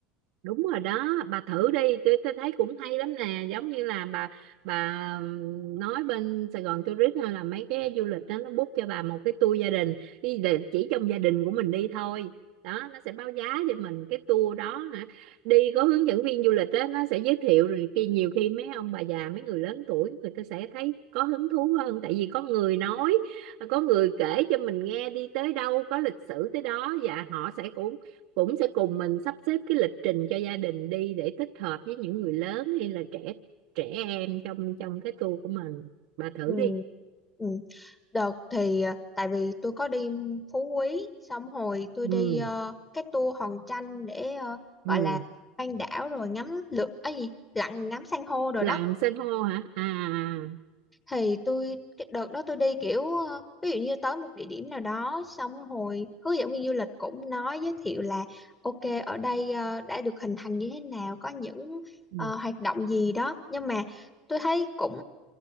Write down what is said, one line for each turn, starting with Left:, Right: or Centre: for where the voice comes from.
Right: đúng rồi đó bà thử đi tôi, tôi thấy cũng hay lắm nè giống như là bà bà ừm, nói bên Sài Gòn Tourist hay là mấy cái du lịch đó nó book cho bà một cái tour gia đình đi để chỉ trong gia đình của mình đi thôi đó nó sẽ báo giá cho mình cái tour đó hả đi có hướng dẫn viên du lịch đó nó sẽ giới thiệu rồi kia nhiều khi mấy ông bà già mấy người lớn tuổi người ta sẽ thấy có hứng thú hơn tại vì có người nói có người kể cho mình nghe đi tới đâu có lịch sử tới đó và họ sẽ cũng cũng sẽ cùng mình sắp xếp cái lịch trình cho gia đình đi để tích hợp với những người lớn hay là trẻ trẻ em trong trong cái tour của mình bà thử
Left: Ừ.
Right: đi
Left: Ừ. Đợt thì à, tại vì tôi có đi Phú Quý xong hồi tôi
Right: ừ
Left: đi ờ, cái tour Hòn Tranh để ờ,
Right: ừ
Left: gọi là quanh đảo rồi ngắm lượt ấy gì lặn ngắm san hô rồi
Right: làm
Left: đó
Right: san hô hả à à, à.
Left: thì tôi cái đợt đó tôi đi kiểu ờ, ví dụ như tới một địa điểm nào đó xong hồi hướng dẫn viên du lịch cũng nói giới thiệu là ok ở đây ờ, đã được hình thành như thế nào có những
Right: ừ.
Left: ờ, hoạt động gì đó nhưng mà tôi thấy cũng